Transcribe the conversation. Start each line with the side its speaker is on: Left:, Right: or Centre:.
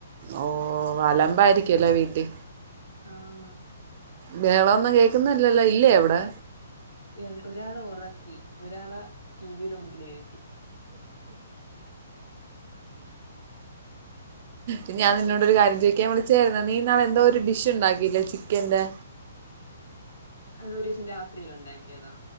Right: ഓ അലമ്പായിരിക്കുവാല്ലോ വീട്ടി
Left: ആഹ്
Right: ബഹള ഒന്നും കേക്കുന്നില്ലല്ലോ ഇല്ലേ അവിടെ
Left: ഏഹ് ഒരാളെ ഒറക്കി ഒരാളെ ടിവിയുടെ മുമ്പിൽ ഇരുത്തി
Right: ഉം ഞാൻ നിന്നോടൊരു കാര്യം ചോദിക്കാൻ വിളിച്ചായായിരുന്ന് നീ ഇന്നാള് എന്തോ ഒരു ഡിഷ് ഉണ്ടാക്കിയില്ലേ ചിക്കൻ ന്റെ
Left: അത് ഒരു ദിവസം രാത്രിയിലുണ്ടാക്കിയതാ